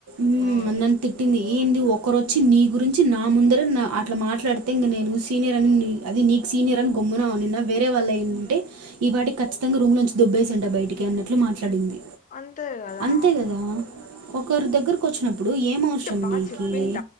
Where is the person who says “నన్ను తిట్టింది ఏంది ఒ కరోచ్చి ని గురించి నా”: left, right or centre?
Right